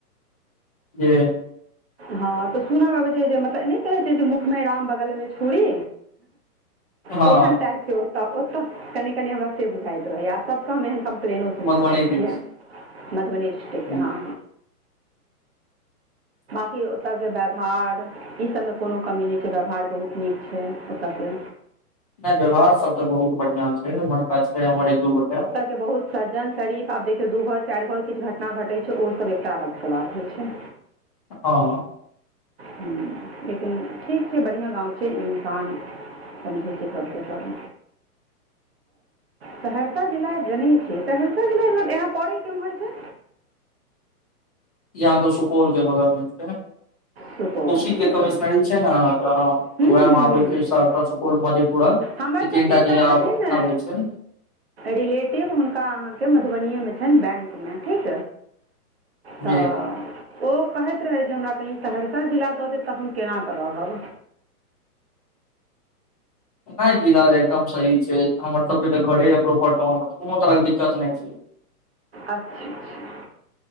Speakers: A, on the left; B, on the right.
A: जे।
B: हँ तऽ सुनऽ में आबै छै जे, मतलब नै कहे छै जे मुखमें राम बगल मे छुरी।
A: हँ
B: तेहन टाइप के ओतऽ-ओतऽ, कनि- कनि हमरा से बुझाइत रहैयऽ, सब के हम एहन क म्पलैनो सुनैत
A: मधुबनी
B: रहै
A: दिस
B: छियै, मधुबनी डिस्ट्रिक्ट
A: जी
B: के हँ। कि ओतऽके व्यवहार ई सभमे कोनो कमी नै छै, व्यवहार बहुत नीक छै ओतयके।
A: नै व्यवहार सब तऽ बहुत बढ़िआं छै, एम्हरका छै हमर एक दू गोटा।
B: के बहुत सज्जन शरीफ, आब देखियौ दू घर चारि घर किछु घटना घटै छै, ओ सब एकटा अलग के बात होइ छै।
A: हँ।
B: हूं लेकिन ठीक छै, बढ़िआँ गाँव छै इंसान समझी छै सबके सब। सहरसा जिला जने छियै, सहरसा जिला एना पड़े केम्हर छै?
A: इ आहां सुपौल के बगल में छैे।
B: सुपौल
A: कोशी
B: जिलामे
A: के कमिशनरी छै ने आहाँके,
B: हूँ
A: उएह
B: हूँ
A: मे आबे
B: हूँ हूँ
A: छै सहरसा, सुपौल, मधेपुरा।
B: हमर
A: ई
B: सबके
A: तीनटा
B: एकटा
A: जिला
B: छथिन
A: आ -आबै छै।
B: रिलेटिव हुनका अहाँके मधुबनिएमें छनि बैंक में, ठीक। तऽ
A: जे
B: ओ कहैत रहै हमरा कहीं सहरसा जिला दऽ देत, तऽ हम केना कऽ रहब।
A: नहि जिलाज एकदम सही छै हमर सब के घरे प्रोपर टाउन मे कोनो तरह के दिक्कत नहि छै। ठ
B: अच्छा अच्छा ह